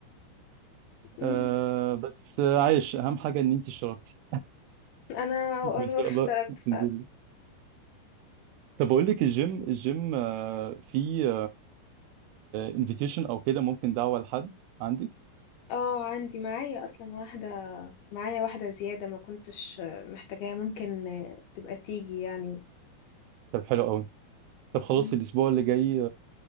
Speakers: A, on the left; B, on the right.
A: مم.
B: آه بس عايش اهم حاجه ان انت اشتركتي
A: أنا
B: <laughs> وان شاء
A: اشتركت
B: الله تنزلي
A: فعلا
B: طب اقول لك الجيم الجيم آه في انفيتيشن او كده ممكن دعوه لحد عندي
A: اه عندي معايا اصلا واحده معايا واحدة زيادة ما كنتش محتاجاها ممكن تبقى تيجي يعني
B: طب حلو قوي طب خلاص
A: مم.
B: الاسبوع اللي جاي